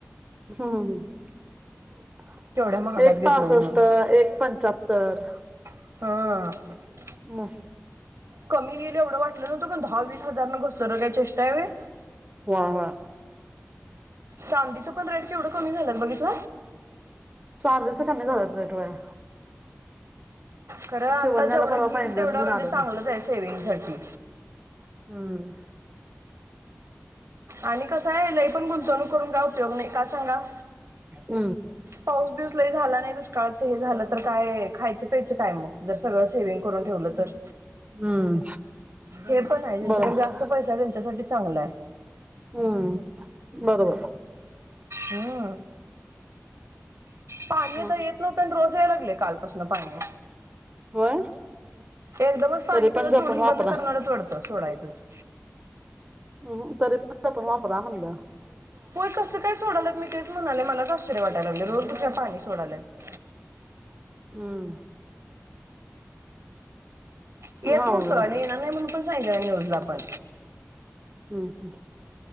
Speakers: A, on the right (about 25°); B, on the right (about 65°).
A: हम् हम्
B: केवढ्या महागात
A: एक
B: घेतलो
A: पासष्ट
B: म्हणून
A: एक पंच्यात्तर
B: हा
A: म
B: कमी येईल एवढ वाटल नव्हत पण दहा वीस हजार न घसरन काय चेष्टा हाय व्हय
A: वा वा
B: चांदीच पण रेट केवढ कमी झालत बघितल
A: चांदिच कमी झालत दर बया
B: खर आता
A: शिवण्याला
B: जेवढ
A: परवा
B: घेईल
A: पैंजण
B: तेवढ
A: घेऊन
B: म्हणजे
A: आलो
B: चांगलचय
A: मी
B: सेविंग साठी
A: हम्म्
B: आणि कसाय लई पण गुंतवणूक करून काय उपयोग नई का सांगा?
A: हम्
B: पाऊस बिऊस लई झाला नाई दुष्काळाच सगळ झाल तर काय खायच प्यायच काय मग जर सगळ सेविंग करुन ठेवल तर
A: हम्म
B: हे पण णाय ह्यांच्याकड
A: बरोबर
B: जास्त् पैसा त्यांच्यासाठी चांगलाय
A: हम्म बरोबर
B: हम्म पाणी आत
A: मग
B: येत नव्हत अन् रोज याय लागलय कालपासन पाणी
A: होय
B: एकदमच पाणी
A: तरी
B: सगळ
A: पण जपून
B: सोडून
A: वापरा
B: बंद करणारेत वाटत सोडायचच
A: अम् हम् परत जपुन वापरा म्हणल
B: होय कस काय सोडायलात मी तेच म्हणाले मलाच आश्चर्य वाटाय लागलय रोज कस पाणी सोडायलेत
A: हम्म
B: येत
A: हा
B: नव्हत
A: उघडा
B: आणि येणार न्हाई म्हणून पण सांगितल न्यूजला पण
A: हम् हम्